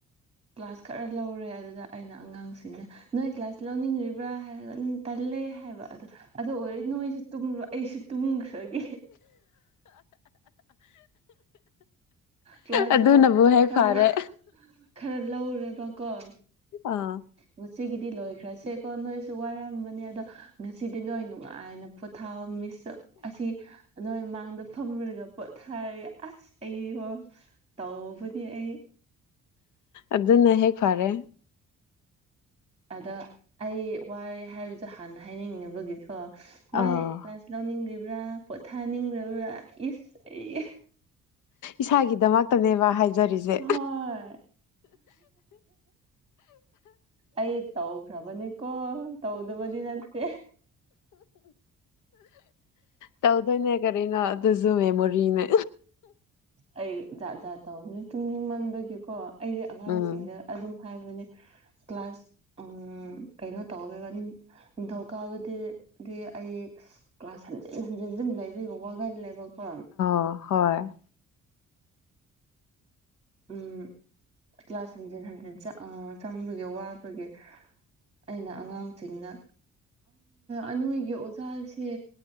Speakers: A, on the right (about 20°); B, on the left (about 80°).
A: ꯀ꯭ꯂꯥꯁ ꯈꯔ ꯂꯧꯔꯦ ꯑꯗꯨꯗ ꯑꯩꯅ ꯑꯉꯥꯡꯁꯤꯡꯅ ꯅꯣꯏ ꯀ꯭ꯂꯥꯁ ꯂꯧꯅꯤꯡ꯭ꯔꯤꯕ꯭ꯔꯥ ꯍꯥꯏꯔꯒ ꯎꯝ ꯇꯜꯂꯦ ꯍꯥꯏꯕ ꯑꯗꯨ ꯑꯗꯨ ꯑꯣꯏꯔꯒ ꯅꯣꯏ ꯨꯇꯨꯝꯔꯣ ꯑꯩꯁꯨ ꯇꯨꯝꯈ꯭ꯔꯒꯦ ꯀ꯭ꯂꯥꯁꯇꯣ
B: ꯑꯗꯨꯅꯕꯨ ꯍꯦꯛ
A: ꯈꯔ
B: ꯐꯔꯦ
A: ꯈꯔ ꯂꯧꯔꯦꯕꯀꯣ
B: ꯑꯥ
A: ꯉꯁꯤꯒꯤꯗꯤ ꯂꯣꯏꯈ꯭ꯔꯁꯦꯀꯣ ꯅꯣꯏꯁꯨ ꯋꯥꯔꯝꯕꯅꯤ ꯑꯗꯣ ꯉꯁꯤꯗꯤ ꯅꯣꯏ ꯅꯨꯡꯉꯥꯏꯅ ꯄꯣꯊꯥꯋꯣ ꯃꯤꯁ ꯑꯁꯤ ꯅꯣꯏ ꯃꯥꯡꯗ ꯐꯝꯔꯒ ꯄꯣꯠ ꯊꯥꯌꯦ ꯑꯁ ꯑꯩꯌꯣ ꯇꯧꯕꯅꯤ ꯑꯩ
B: ꯑꯗꯨꯅ ꯍꯦꯛ ꯐꯔꯦ
A: ꯑꯗ ꯑꯩ ꯋꯥꯔꯦ ꯍꯥꯏꯕꯗꯣ ꯍꯥꯟꯅ ꯍꯥꯏꯅꯤꯡꯅꯕꯒꯤꯀꯣ ꯅꯣꯏ
B: ꯑꯥ
A: ꯀ꯭ꯂꯥꯁ ꯂꯧꯅꯤꯡꯂꯤꯕ꯭ꯔꯥ ꯄꯣꯊꯥꯅꯤꯡ꯭ꯕ꯭ꯔꯥ ꯏꯁ ꯑꯩ
B: ꯏꯁꯥꯒꯤꯗꯃꯛꯇꯅꯦꯕ ꯍꯥꯏꯖꯔꯤꯁꯦ
A: ꯍꯣꯏ ꯑꯩ ꯇꯧꯈ꯭ꯔꯕꯅꯤꯀꯣ ꯇꯧꯗꯕꯗꯤ ꯅꯠꯇꯦ
B: ꯇꯧꯗꯣꯏꯅꯦ ꯀꯔꯤꯅꯣ ꯑꯗꯨꯁꯨ ꯃꯦꯃꯣꯔꯤꯅꯦ
A: ꯑꯩ ꯖꯥꯠ ꯖꯥꯠ ꯇꯧꯕꯅꯤ ꯇꯨꯡꯅꯤꯡꯃꯟꯕꯒꯤꯀꯣ ꯑꯩꯗꯤ ꯑꯉꯥꯡꯁꯤꯡꯗ
B: ꯎꯝ
A: ꯑꯗꯨꯝ ꯍꯥꯏꯕꯅꯦ ꯀ꯭ꯂꯥꯁ ꯎ ꯀꯩꯅꯣ ꯇꯧꯋꯦꯕ ꯅꯤꯡꯊꯧꯀꯥꯕꯗꯤꯗꯤ ꯑꯩ ꯀ꯭ꯂꯥꯁ ꯍꯟꯖꯤꯟ ꯍꯟꯖꯤꯟꯁꯨ ꯑꯗꯨꯝ ꯂꯩꯕꯒ ꯋꯥꯈꯜꯂꯦꯕꯀꯣ
B: ꯑꯣ ꯍꯣꯏ
A: ꯎꯝ ꯀ꯭ꯂꯥꯁ ꯍꯟꯖꯤꯟ ꯍꯟꯖꯤꯟ ꯑ ꯆꯪꯕꯒꯤ ꯋꯥꯕꯒꯤ ꯑꯩꯅ ꯑꯉꯥꯡꯁꯤꯡꯅ ꯑ ꯅꯣꯏꯒꯤ ꯑꯣꯖꯥꯁꯦ